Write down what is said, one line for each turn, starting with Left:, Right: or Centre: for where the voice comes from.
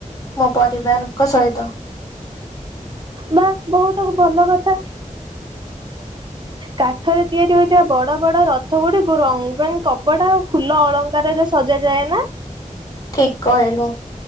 Left: ମୋ ପରିବାରଙ୍କ ସହିତ।
Right: ବାଃ ବାଃ ବହୁତ ଭଲ କଥା। କାଠରେ ତିଆରି ହୋଇଥିବା ବଡ଼ ବଡ଼ ରଥ ଗୁଡ଼ିକୁ ରଙ୍ଗିନ୍ କପଡ଼ା ଆଉ ଫୁଲ ଅଳଙ୍କାରରେ ସଜା ଯାଏ ନାଁ।
Left: ଠିକ୍ କହିଲୁ।